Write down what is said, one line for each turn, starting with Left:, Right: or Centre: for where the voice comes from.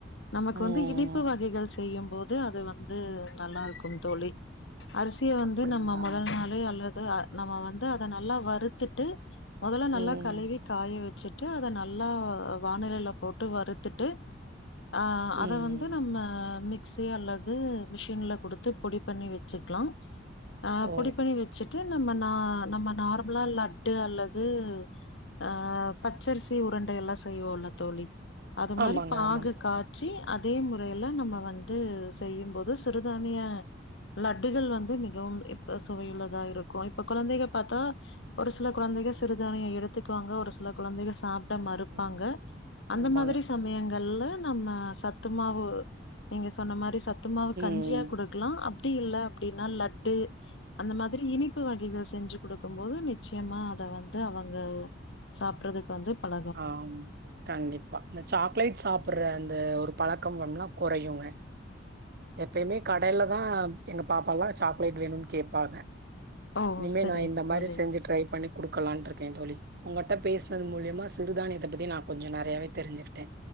Left: நமக்கு
Right: ம்
Left: வந்து இனிப்பு வகைகள் செய்யும் போது அது வந்து நல்லாருக்கும் தோழி அரிசிய வந்து
Right: அப்டிங்களா?
Left: நம்ம முதல் நாளே அல்லது நம்ம வந்து அத நல்லா வறுத்திட்டு முதல்ல
Right: ம்
Left: நல்லா கழுவி காய வெச்சுட்டு அத நல்லா வாணலியில போட்டு வறுத்திட்டு ஆ
Right: ம்
Left: அத வந்து நம்ம அ மிக்ஸி அல்லது மிஷின்ல குடுத்து பொடி பண்ணி வெச்சுக்லா அ
Right: ஓ!
Left: பொடிப்பண்ணி வெச்சுட்டு நம்ம நா நம்ம நார்ம்லா லட்டு அல்லது ஆ பச்சரிசி உருண்டையெல்லா செய்வோல தோழி அது மாரி
Right: ஆமாங்க
Left: பாகு
Right: ஆமாங்க.
Left: கா ய்ச்சி அதே முறையில நம்ம வந்து செய்யும்போது சிறுதானிய லட்டுகள் வந்து மிகவு இப்ப சுவையுள்ளதா இருக்கு இப்ப குழந்தைக பாத்தா ஒரு சில குழந்தைக சிறுதானிய எடுத் திக்வாங்க ஒரு சில குழந்தைகள் சாப்ட மறுப்பாங்க
Right: ம்
Left: அந்த
Right: ஆமாங்க.
Left: மாதிரி சமயங்கள்ல நம்ம சத்து மாவு நீங்க சொன்ன மாரி சத்து மாவு
Right: ம்
Left: கஞ்சியா குடுக் கிலா அப்டி இல்ல அப்டினா லட்டு அந்த மாதிரி இனிப்பு வகைகள் செஞ்சு குடுக்கும் போது நி சியமா
Right: ம்.
Left: அத வந்து அவங்க சாப்றதுக் வந்து பல
Right: ஆ கண்டிப்பா இந்த சாக்லேட் சாப்புற அந்த ஒரு பழக்கம் வேம்னா குறையுங்க எப்பயுமே கடைல தா எங்க பாப்பால சாக்லேட் வேணுன் கேப்பாங்க
Left: ஓ!
Right: இனிமே
Left: சரிங்க
Right: நா இந்த மாரி
Left: தோழி.
Right: செஞ்சு ட்ரை பண்ணிக் குடுக்கலான்டிருக்கே தோழி உங்கட்ட பேசினது மூலியமா சிறுதானியத்த பத்தி நா கொஞ்ச நெறையவே தெரிஞ்சுக்கிட்டே